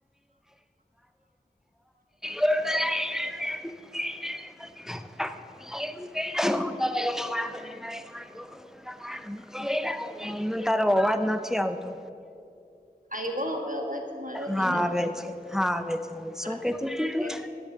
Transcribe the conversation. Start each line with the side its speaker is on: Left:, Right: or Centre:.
Centre: <inaudible> <inaudible> <inaudible> <unintelligible> તારો અવાજ નથી આવતો.
Right: આવ્યો હવે અવાજ મારો
Centre: હા
Right: તને
Centre: આવે છે, હા આવે છે, શું
Right: હા
Centre: કેતી તું તું?
Right: એમ